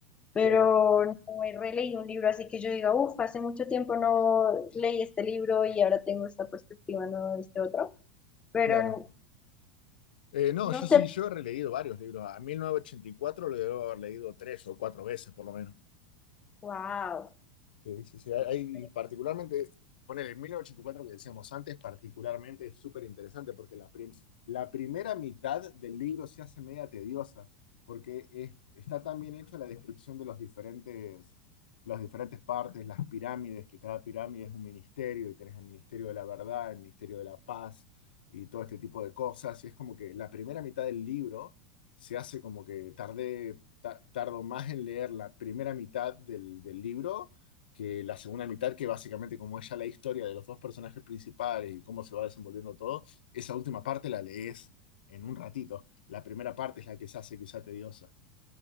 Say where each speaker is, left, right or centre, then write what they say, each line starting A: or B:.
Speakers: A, on the left; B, on the left.
A: pero
B: Claro,
A: no he releído un libro así que yo diga, uff, hace mucho tiempo no leí este libro y ahora tengo esta perspectiva, no este otro, pero
B: claro.
A: n-
B: Eh, no,
A: no
B: yo
A: sé,
B: sí, yo he releído varios libros. A 1984 lo debo haber leído tres o cuatro veces, por lo menos.
A: wow,
B: Sí, sí, sí. Hay,
A: qué chévere.
B: particularmente, poner el 1984 que decíamos antes, particularmente es súper interesante porque la, prim- la primera mitad del libro se hace media tediosa porque es- está tan bien hecha la descripción de los diferentes, las diferentes partes, las pirámides, que cada pirámide es un ministerio y tenés el Ministerio de la Verdad, el Ministerio de la Paz y todo este tipo de cosas. Y es como que la primera mitad del libro se hace como que tardé, ta- tardo más en leer la primera mitad del del libro que la segunda mitad, que básicamente como es ya la historia de los dos personajes principales y cómo se va desenvolviendo todo, esa última parte la lees en un ratito. La primera parte es la que se hace quizá tediosa.